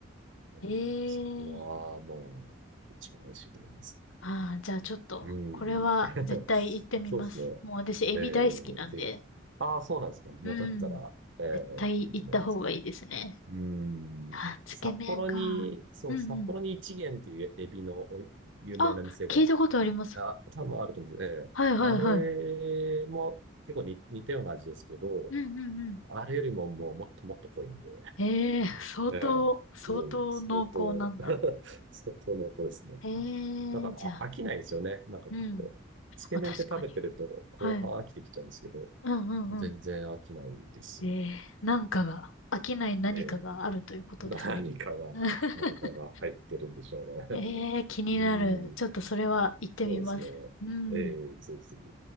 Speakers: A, on the right; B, on the left.
A: もう、
B: ええ
A: あそこはもう、一番美味しいと思いますね。
B: ああ、じゃあちょっと、
A: うん。
B: これは絶対行ってみます。
A: <laughs> そうですね。
B: もう私、エビ大好きなんで。
A: ええで、ああ、そうなんですか。もうだったら、
B: うん。
A: え
B: 絶対行った方がいいですね。
A: えいいと思います。うーん。
B: あ、つけ麺か。
A: 札幌に、そう、
B: うんうん。
A: 札幌に一元っていうエビのお有名な店が、
B: あ、聞いたことあります。
A: あ、多分あると思うんです。ええ。
B: はいはいはい。
A: あれも結構に似たような味ですけど、
B: うんうんうん。
A: あれよりももうもっともっと濃いんで、
B: ええー、相当、
A: ええ、
B: 相当濃厚なんだ。
A: すごい、相当 <laughs> 相当濃厚ですね。
B: ええ
A: はいだからあ飽きないですよね。
B: ー、じゃあ、
A: なんか結構、
B: うん。
A: つけ麺って食べてると後半飽きてきちゃうんですけど、
B: あ、確かに。はい。うんうんうん。
A: 全然飽きないですよね。
B: ええー、なんかが、飽きない何かがあるということですね。
A: ええ <laughs> 何かが、
B: <laughs>
A: 何かが入ってるんでしょうね。
B: ええー、
A: <laughs>
B: 気になる。
A: うん。
B: ちょっとそれは行ってみます。
A: そうですね。
B: うん。
A: ええそうですね。